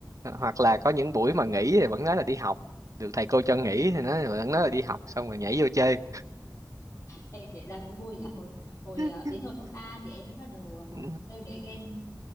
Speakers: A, on the right (about 50°); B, on the left (about 45°).
A: Ờ, hoặc là có những buổi mà nghỉ thì vẫn nói là đi học được thầy cô cho nghỉ thì nói vẫn nói là đi học xong rồi nhảy vô chơi
B: ê, kể ra cũng vui nhỉ hồi hồi
A: <laughs>
B: ờ, đến hồi cấp 3 thì em mới bắt đầu ừm,
A: Ừ,
B: chơi mấy game